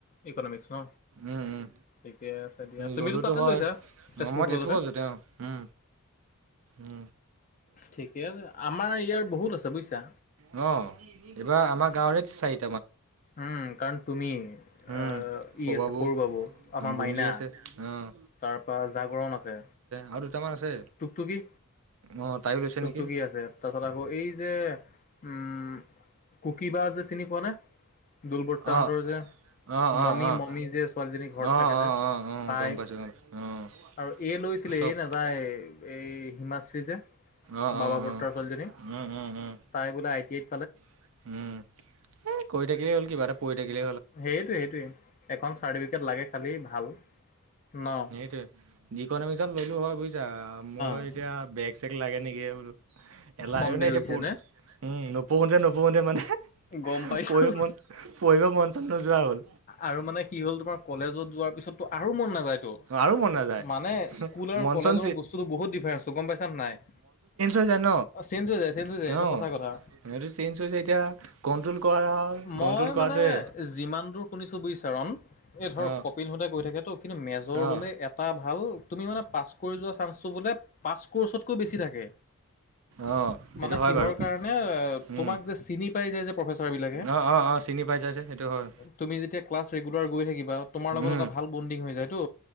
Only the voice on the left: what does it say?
ইকনমিক্স ন
ঠিকে আছে দিয়া
তুমিতো
তাতে
লৈছা
কলেজতে
ঠিকে আছে আমাৰ ইয়াৰ বহুত আছে বুজিছা।
উম, কাৰণ তুমি আহ,
ই আছে সৰু বাবু আমাৰ
মাইনা
তাৰপা জাগৰণ আছে,
টুকটুকি
টুকটুকি
আছে, তাৰপিছত আকৌ এই যে উম, কুকিব যে চিনি পোৱা নে, দোল বৰ্তাহতৰ
যে
মমি,
মমি যে ছোৱালীজনী ঘৰত
থাকে যে
তাই।
আৰু এ, লৈছিলে
এ, নাযায়। এই হিমাশ্ৰী যে,
বাবা,
বৰতা
ছোৱালীজনী,
তাই বোলে আই টিত
সেইটোৱেই, সেইটোৱেই, এখন চাৰ্টিফিকেট লাগে খালি। ভাল, ন?
অ
সন্দেহ
হৈছে
গম পাইছোঁ।
আৰু- মানে, কি হ'ল? তোমাৰ কলেজত যোৱাৰ পিছতো আৰু মন নাযায়। টো,
মানে, স্কুল আৰু
কলেজৰ
বস্তুটো বহুত ডিফাৰেন্স। গম পাইছা, নাই?
চেঞ্জ হৈ যায় চেঞ্জ হৈ যায়
এইটো সঁচা কথা।
মই,
মানে, যিমানটো শুনিছোঁ, বুজিছা, ৰণ, এই ধৰ
কপিলহঁতে কয়। <unintelligible> হৈ থাকেতো। কিন্তু মেজৰ
ল'লে, এটা ভাল। তুমি, মানে, পাছ কৰি যোৱা চান্সটো বোলে পাছ ক'ৰ্ছতকৈ বেছি থাকে।
মানে,
কিহৰ
কাৰণে, এ? তোমাক
যে চিনি পায়, যে ছাৰবিলাকে,
তুমি যেতিয়া ক্লাছ ৰেগুলাৰ কৰি থাকি বা, তোমাৰ লগত
এটা ভাল বণ্ডিং হৈ যায়, তো।